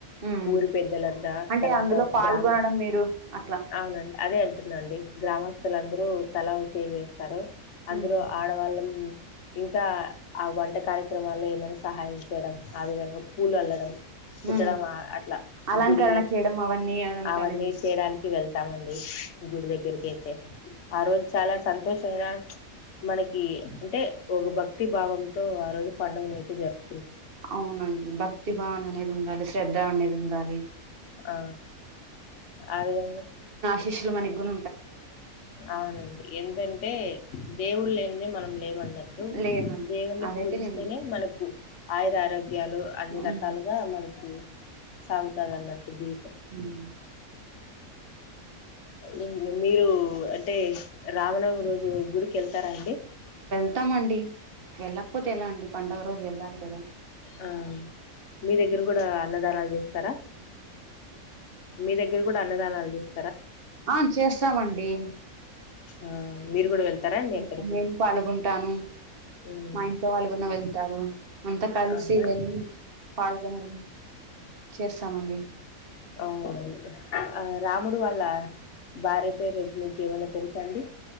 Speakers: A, on the right; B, on the left.
A: ఉమ్
B: ఊరు పెద్దలంతా
A: అంటే
B: తర్వాత
A: అందులో పాల్గొనడం
B: గ్రామ
A: మీరు అట్లా
B: అవునండి అదే అంటున్నాండి గ్రామస్ భక్తులందరూ తలా ఓచేయి వేస్తారు. అందులో
A: ఉమ్
B: ఆడవాళ్ళం ఇంకా ఆ వంట కార్యక్రమాల్లో ఏమైన్నా సహాయం చేయడం ఆ విధంగా పూలు అల్లడం కుట్టడం
A: ఉ
B: ఆ అట్లా
A: అలంకరణ
B: గుడి
A: చేయడం అవన్నీ అదంతాలేండి.
B: అవన్నీ చేయడానికి వెళ్తామండి. గుడి దగ్గరకి అయితే ఆ రోజు చాలా సంతోషం <unintelligible> మ్చ మనకి అంటే ఒక భక్తి భావంతో ఆ రోజు పండుగ నైతే జరుపు
A: అవునండి భక్తి భావన అనేది ఉండాలి శ్రద్ధ అనేది ఉండాలి.
B: ఆ ఆవిడనే
A: డిషు మనే గుం
B: అవునండి. ఎంటంటే దేవుళ్ళ లేనిదే మనం లేమన్నటి అటు
A: లేవండి
B: దేవున్నీ
A: అదైతే
B: పూజిస్తేనే
A: నిజం
B: మనకు అయిద్ అరగ్ ఆరోగ్యాలు అన్ని
A: హ్మ్
B: రకాలుగా మనకి ఇమ్ సాగుతదిఅన్నట్టు జీవితం
A: హ్మ్
B: ఇంగ్ మీరు అంటే రావనం రోజు గుడికి ఎల్ ఎల్తారా అండి
A: వెల్తామండి వెళ్ళకపోతే ఎలా అండి పండగా రోజు వెళ్ళాలి కదా
B: ఆ మీ దగ్గర కూడా అన్నదానాలు చేస్తారా మీ దగ్గర కూడా అన్నదానాలు చేస్
A: ఆ చేస్తామండి.
B: ఆ మీరు కూడా వెళ్తారా అండి అక్కడికి
A: ఆ నేను పాల్గొంటాను
B: హ్మ్.
A: మా ఇంట్లో వాళ్ళు కూడా వెళ్ వారు అంతా కలిసి
B: అవునా అండి?
A: వెళ్ళి పాల్గొనడం చేస్తామండి.
B: ఓహ్! ఆ రాముడు వాళ్ళ భార్య పేరు మీకు ఏమైన్నా తెలుసా అండి